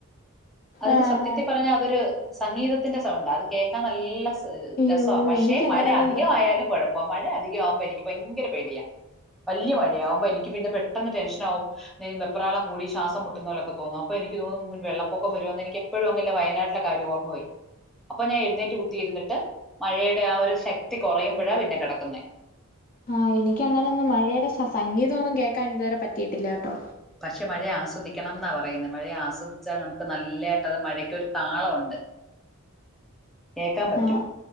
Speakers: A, in the centre; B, on the left.
A: അതിന്
B: ആഹാ
A: സത്യത്തി പറഞ്ഞാ അതൊരു സംഗീതത്തിന്റെ സൗണ്ടാ അത് കേക്കാൻ നല്ല സ്വ
B: അയ്യോ
A: രസാ പക്ഷേ
B: എനിക്കങ്ങനെന്തോ
A: മഴ അധികായാലും കൊഴപ്പ മഴ അധികാവുമ്പോ എനിക്ക് ഭയങ്കര പേടിയാ വല്യ മഴയാവുമ്പോ എനിക്ക് പിന്നെ പെട്ടെന്ന് ടെൻഷനാവും വെപ്രാളം കൂടി ശ്വാസം മുട്ടുന്നോലൊക്കെ തോന്നും. അപ്പൊ എനിക്ക് തോന്നും വെള്ളപ്പൊക്കം വരോന്ന് എനിക്ക് എപ്പഴും അങ്ങ്ല്ല വയനാട്ട്ലെ കാര്യം ഓർമ്മ വരും അപ്പൊ ഞാൻ എുന്നേറ്റ് കുത്തിയിരുന്നിട്ട്. മഴയുടെ ആ ഒരു ശക്തി കൊ റയുമ്പഴാ പിന്നെ കെടക്കുന്നെ.
B: ആഹ് എനിക്കങ്ങനൊന്നും മഴയുടെ സ സംഗീതൊന്നു കേക്കാൻ ഇതുവരെ പറ്റിയിട്ടില്ലാട്ടോ.
A: പക്ഷേ മഴ ആസ്വദിക്കണംന്നാ പറയുന്നെ മഴയെ ആസ്വാദിച്ചാൽ നമുക്ക് നല്ലായിട്ട് അത് മഴക്കൊരു താളൊണ്ട്. കേക്കാൻ പറ്റും.
B: ആഹ്